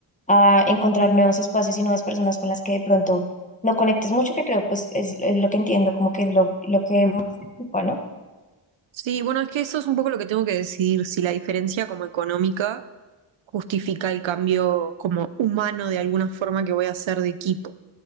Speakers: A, on the left; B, on the right.
A: a encontrar nuevos espacios y nuevas personas con las que de pronto no conectes mucho, que creo pues es, es lo que entiendo, como que es lo, lo que más te ocupa, ¿no?
B: Sí, bueno, es que eso es un poco lo que tengo que decidir, si la diferencia como económica justifica el cambio como humano de alguna forma que voy a hacer de equipo.